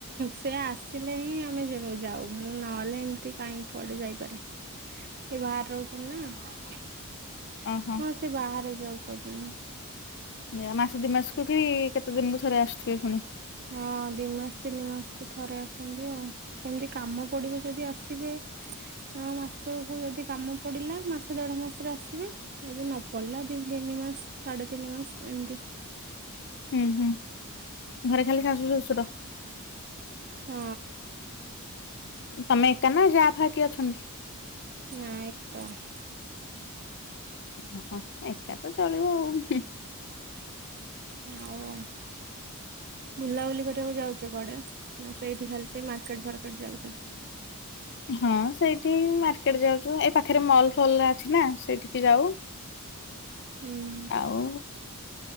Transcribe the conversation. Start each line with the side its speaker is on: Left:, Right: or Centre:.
Right: ସେ ଆସିଲେ ହିଁ ଆମେ ଯାଉ ମୁଁ ନହେଲେ ଏମତି। କାହିଁି କୁଆଡେ ଯାଇପାରେ।
Left: ।
Right: ଏ ବାହାରେ ରହୁଛନ୍ତି ନା ହଁ
Left: ଓହୋ।
Right: ସେ ବାହାରେ ଯବ କରୁଛନ୍ତି।
Left: ଯ ମାସ ଦି ମାସକୁ କି କେତେ ଦିନକୁ ଥରେ ଆସୁଥିବେ ପୁଣି।
Right: ହଁ ଦି ମାସ ତିନି ମାସକୁ ଥରେ ଆସନ୍ତି ଆଉ। ସେମିତି କାମ ପଡିବ ଯଦି ଆସିବେ। ଆ ମାସକୁ ଯଦି କାମ ପଡିଲା ମାସେ ଦେଢ ମାସରେ ଆସିବେ। ଯଦି ନ ପଡିଲା ଦତି ତିନି ମାସ ସାଢେ ତିନି ମାସ ଏମିତି
Left: ହୁଁ-ହୁଁ ଘରେ ଖାଲି ଶାଶୁ ଶ୍ୱଶୁର?
Right: ହଁ।
Left: ତମେ ଏକା ନା ଜା ଫା କିଏ ଅଛନ୍ତି?
Right: ନା ଏକା। ହଁ
Left: ଓହୋ, ଏକା ତ ଚଳିବ ଆଉ ହୁଁ।
Right: ଆଉ ବୁଲାବୁଲି କରିବାକୁ ଯାଉଚ କୁଆଡେ ନା ସେଇଠି ଖାଲି ସେ ମାର୍କେଟ ଫାର୍କେଟ ଯାଉଚ?
Left: ହଁ ସେଇଠି ମାର୍କେଟ୍ ଯାଉଚୁ, ଏଇ ପାଖେରେ ମଲ୍ ଫଲ୍ ଅଛି ନା ସେଇଠିକି ଯାଉ।
Right: ହୁଁ।
Left: ଆଉ